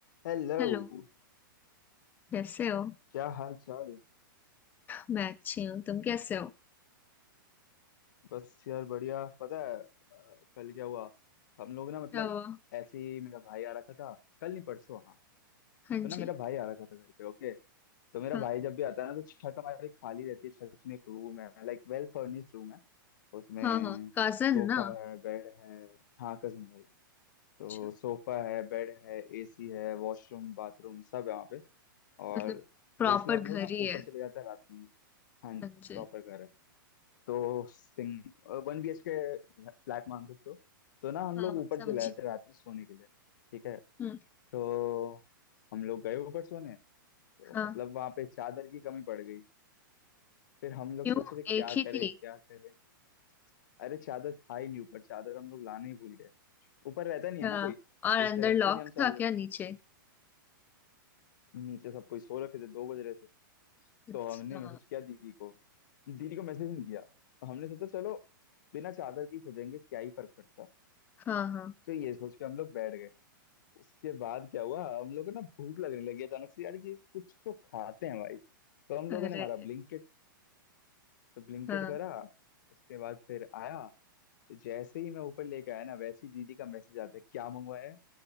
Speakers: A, on the left (about 60°); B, on the left (about 15°).
A: Hello
B: Hello कैसे हो
A: क्या हाल चाल
B: मैं अच्छी हूँ तुम कैसे हो
A: बस यार बढ़िया पता है अ, कल क्या हुआ हम लोग ना मतलब
B: क्या हुआ
A: ऐसे ही मेरा भाई आ रखा था कल नहीं परसों हाँ
B: हाँ
A: तो
B: जी
A: ना मेरा भाई आ रखा था घर पे ओके तो मेरा
B: हाँ
A: भाई जब भी आता है ना तो छत हमारी खाली रहती है छत में एक रूम है लाइक वेल फर्निश्ड रूम है उसमें
B: हाँ हाँ कजन
A: सोफा
B: ना
A: है बेड है हाँ कसम भाई तो
B: अच्छा
A: सोफा है बेड है एसी है वॉशरूम बाथरूम सब है वहाँ पे और
B: मतलब प्रॉपर
A: तो इसलिए हम
B: घर
A: लोग ना
B: ही
A: ऊपर
B: है
A: चले जाते हैं रात में हाँ जी
B: हाँ जी
A: प्रॉपर घर है तो सिंग वन बी एच के फ्लैट मान सकते हो तो ना हम
B: हाँ
A: लोग
B: हाँ
A: ऊपर
B: समझी
A: चले आए थे रात में सोने के लिए ठीक है
B: हम्म
A: तो हम लोग गए ऊपर सोने तो
B: हाँ
A: मतलब वहां पे चादर की कमी पड़ गई फिर हम लोग
B: क्यों
A: सोच रहे क्या
B: एक
A: करें
B: ही थी
A: क्या करें अरे चादर था ही नहीं ऊपर चादर हम लोग लाना ही भूल गए ऊपर रहता नहीं है
B: हाँ
A: ना कोई तो
B: और
A: इसलिए
B: अंदर
A: रखते
B: लॉक
A: नहीं हम चादर
B: था क्या नीचे
A: नीचे सब कोई सो रखे थे दो बज रहे थे
B: अच्छा
A: तो हमने मैसेज किया दीदी को दीदी को मैसेज नहीं किया हमने सोचा चलो बिना चादर की सो जाएंगे क्या ही फर्क पड़ता है।
B: हाँ हाँ
A: तो ये सोच के हम लोग बैठ गए उसके बाद क्या हुआ हम लोग को ना भूख लगने लगी अचानक से यार कि कुछ तो खाते हैं भाई तो हम
B: अरे
A: लोगों ने मारा ब्लिंकिट तो ब्लिंकिट
B: हाँ
A: करा उसके बाद फिर आया तो जैसे ही मैं ऊपर लेके आया ना वैसे ही दीदी का मैसेज आता है क्या मंगवाया है?"